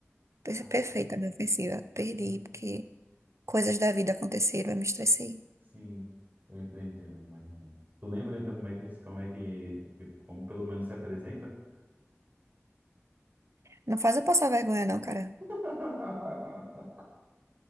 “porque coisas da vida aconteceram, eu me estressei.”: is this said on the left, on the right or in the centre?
Right